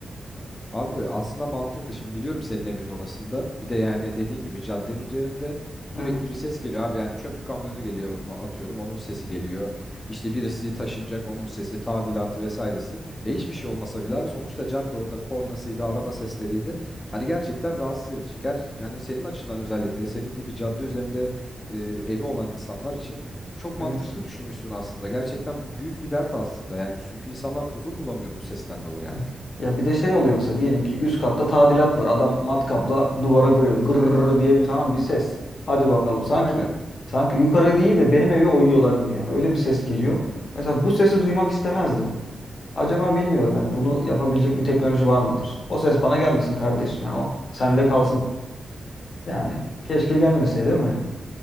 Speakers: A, on the left; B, on the left.
A: Abi aslında mantıklı. Şimdi biliyorum senin evinin orasında. Bir de yani dediğin gibi caddenin üzerinde sürekli
B: Evet,
A: bir ses geliyor abi. Yani çöp kamyonu geliyor ma- atıyorum onun sesi geliyor. İşte birisi taşınacak onun sesi, tadilatı vesairesi. E hiçbir şey olmasa bile abi sonuçta cadde orada kornasıydı, araba sesleriydi. Hani gerçekten rahatsız edici. Ger yani senin açından özellikle senin gibi cadde üzerinde e, evi olan insanlar için çok mantıklı
B: evet.
A: düşünmüşsün aslında. Gerçekten büyük bir dert aslında. Yani çünkü insanlar huzur bulamıyor bu sesten dolayı
B: Evet.
A: artık.
B: Ya bir de şey oluyor mesela diyelim ki üst katta tadilat var. Adam matkapla duvara kırıyor. Gırrrr diye bir tamam bir ses. Hadi bakalım sanki
A: Aynen.
B: sanki yukarı değil de benim evi oyuyorlar gibi yani. Öyle bir ses geliyor. Mesela bu sesi duymak istemezdim. Acaba bilmiyorum yani bunu yapabilecek bir teknoloji var mıdır? O ses bana gelmesin kardeşim. Yani o sende kalsın yani. Keşke gelmeseydi değil mi?